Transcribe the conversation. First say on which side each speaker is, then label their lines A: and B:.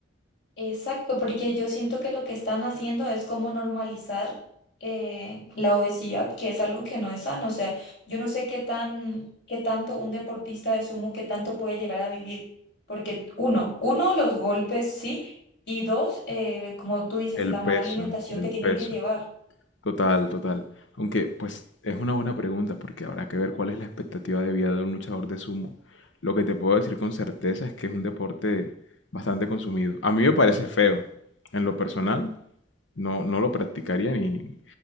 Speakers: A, on the left; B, on the left.
A: Exacto, porque yo siento que lo que están haciendo es como normalizar eh, la obesidad, que es algo que no es sano. O sea, yo no sé qué tan, qué tanto un deportista de sumo, qué tanto puede llegar a vivir. Porque uno, uno, los golpes, sí, y dos, eh, como tú dices,
B: El
A: la
B: peso,
A: mala alimentación
B: el
A: que tienen
B: peso.
A: que llevar.
B: Total, total. Aunque, pues, es una buena pregunta porque habrá que ver cuál es la expectativa de vida de un luchador de sumo. Lo que te puedo decir con certeza es que es un deporte bastante consumido. A mí me parece feo, en lo personal, No, no lo practicaría ni,